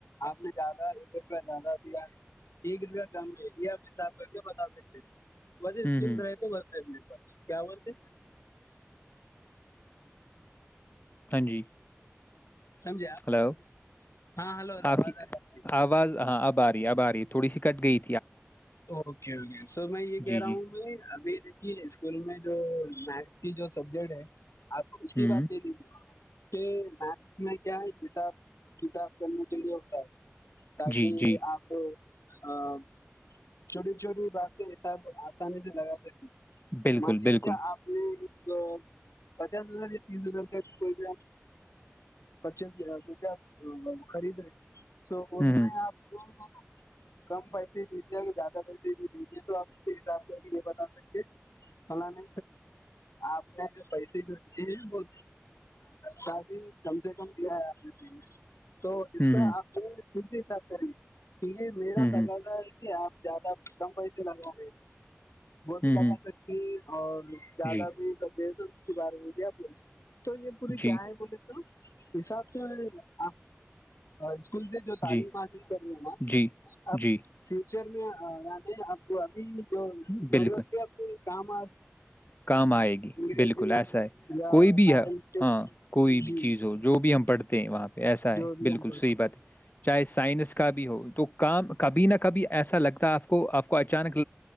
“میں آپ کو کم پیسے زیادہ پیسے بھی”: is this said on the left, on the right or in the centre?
Left